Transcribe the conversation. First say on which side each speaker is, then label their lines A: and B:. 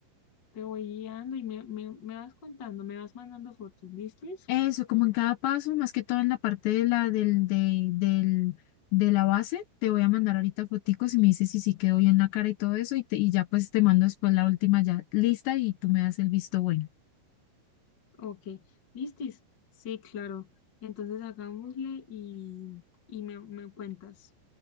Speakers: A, on the left; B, on the left.
A: te voy guiando y me, me, me vas contando, me vas mandando fotos. ¿Listis?
B: Eso, como en cada paso, más que todo en la parte de la, del, de, del, de la base, te voy a mandar ahorita foticos y me dices si sí quedó bien la cara y todo eso, y, te, y ya pues te mando después la última ya lista y tú me das el visto bueno.
A: Ok. ¿Listis? Sí, claro. Entonces hagámosle y, y me, me cuentas.